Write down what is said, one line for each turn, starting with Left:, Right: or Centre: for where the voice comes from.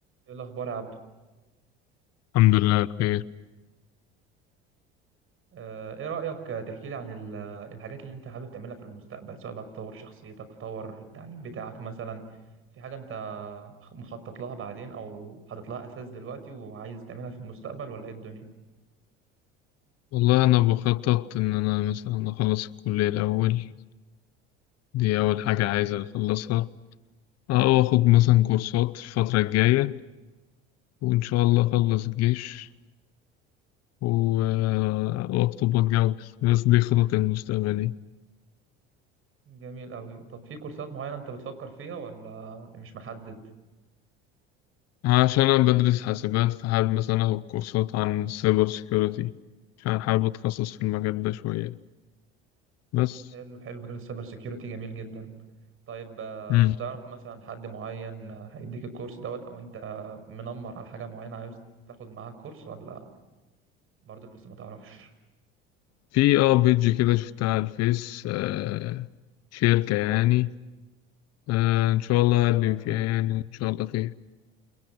Right: ايه الاخبار يا عبدو
Left: الحمد لله بخير
Right: آه، ايه رايك تحكي لي عن ال- الحاجات اللي انت حابب تعملها في المستقبل سواء بقى تطور شخصيتك تطور التعليم بتاعك مثلا في حاجه انت مخطط لها بعدين او حاطط لها اساس دلوقتي وعايز تعملها في المستقبل ولا ايه الدنيا
Left: والله أنا بخطط إن أنا مثلا أخلص الكلية الأول دي أول حاجة عايز
Right: حلو
Left: أخلصها أو أخد مثلا كورسات الفترة الجاية وإن شاء الله أخلص الجيش و... آه، وأخطب وأتجوز بس دي خططي المستقبلية
Right: جميل قوي طب في كورسات معينه انت بتفكر فيها ولا مش محدد
Left: عشان أنا بدرس حاسبات فحابب مثلا أخد كورسات عن السايبر سيكيورتي عشان حابب أتخصص في المجال ده شوية بس
Right: حلو حلو مجال السايبر سيكيورتي جميل جدا طيب آه،
Left: مم.
Right: تعرف مثلا حد معين آه، هيديك الكورس دوت او انت منمر على حاجه معينه عاوز تاخد معاها كورس ولا برضه لسه ما تعرفش
Left: في اه بيج كده شفتها على الفيس آه شركة يعني آه إن شاء الله هقابلك
Right: اه اسمها
Left: فيها يعني إن شاء الله خير